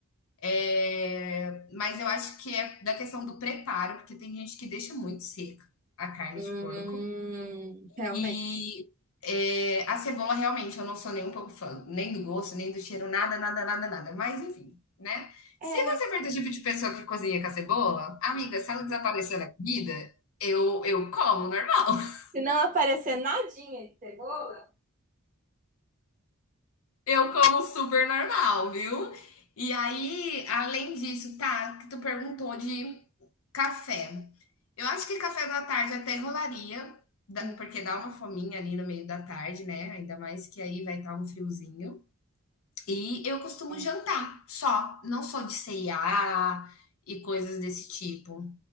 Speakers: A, on the left; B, on the right.
A: é, mas eu acho que é da questão do preparo, porque tem gente que deixa muito seca a carne
B: Hum,
A: de porco.
B: realmente.
A: E é, a cebola, realmente, eu não sou nem um pouco fã, nem do gosto, nem do cheiro, nada, nada, nada, nada. Mas enfim, né?
B: É,
A: Se você for do tipo de pessoa que cozinha com a cebola, amiga, se ela desaparecer na comida, eu, eu como normal. <laughs>
B: se não aparecer nadinha de cebola.
A: Eu como super normal, viu? E aí, além disso, tá, que tu perguntou de café. Eu acho que café da tarde até rolaria, da-
B: Hum,
A: porque dá uma fominha ali no meio da tarde, né? Ainda mais que aí vai estar um friozinho. E eu costumo
B: É
A: jantar só, não sou de ceia e coisas desse tipo.